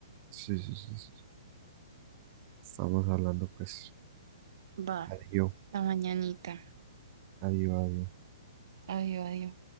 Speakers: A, on the right (about 35°); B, on the right (about 65°).
A: Sí, sí, sí, sí. Estamos hablando pues.
B: Va,
A: Adiós,
B: la mañanita.
A: adiós, adiós.
B: Adiós, adiós.